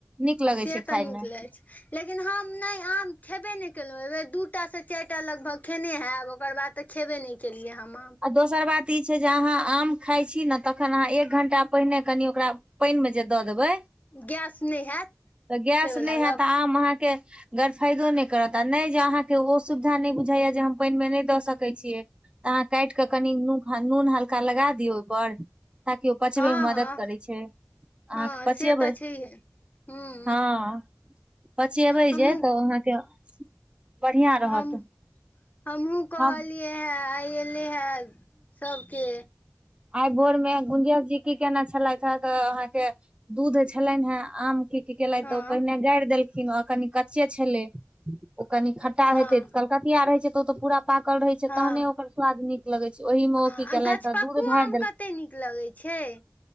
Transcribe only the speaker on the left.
से
तऽ
नीक
लगै लेकिन हम नहि आम खेबे नहि केलहुँ एहि बेर दूटा से चारटा लगभग खेने हैब ओकर बाद खेबे नहि केलियै हम
गैस नहि हैत
से वला
गप
हँ
हँ
हँ से
तऽ छैहे हूँ
हमहूँ
हम हमहूँ कहलियै
हए आइ अयलै हे सभके
हँ
हँ
हँ
हँ
गछपक्कू
आम
कते नीक लगै छै